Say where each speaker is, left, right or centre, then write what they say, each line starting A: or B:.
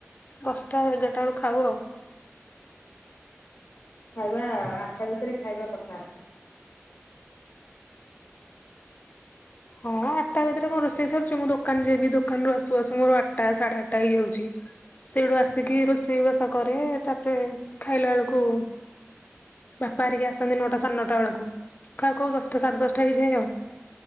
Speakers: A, on the left; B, on the left.
A: ଦଶଟା ଏଗାରଟା ବେଳୁ ଖାଉ ଆଉ।
B: ଖାଇବା ଆଠଟା ଭିତରେ ଖାଇବା କଥା।
A: ହଁ ଆଠଟା ଭିତରେ କଣ ରୋଷେଇ ସରୁୁଛି, ମୁଁ ଦୋକାନ ଯିବି, ଦୋକାନରୁ ଆସୁ ଆସୁ ମୋର ଆଠଟା ସାଢେ ଆଠଟା ହେଇଯାଉଛି। ସେଇଠୁ ଆସିକି ରୋଷେଇବାସ କରେ, ତାପରେ ଖାଇଲା ବେଳକୁ ବାପାହେରିକି ଆସନ୍ତି ନଅଟା ସାଢ଼େନଅଟା ବେଳକୁ, ଖାଉ ଖାଉ ଦଶଟା ସାଢ଼େ ଦଶଟା ହେଇଯାଏ ଆଉ